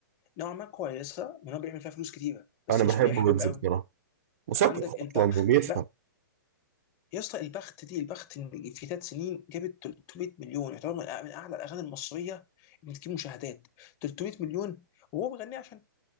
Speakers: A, on the left (about 25°); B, on the right (about 45°).
A: نوعا ما كويسه من هو بيعمل فيها فلوس كتيره بس
B: انا بحب
A: مش بيحلب
B: ويجز
A: قوي
B: بصراحة مثقف
A: عندك البخت
B: اصلا وبيفهم
A: البخت يا اسطى البخت دي البخت إن في ثلاث سنين جابت 300 مليون يعتبر من أع- من اعلى الاغاني المصريه اللي بتجيب مشاهدات 300 مليون وهو بيغنيها عشان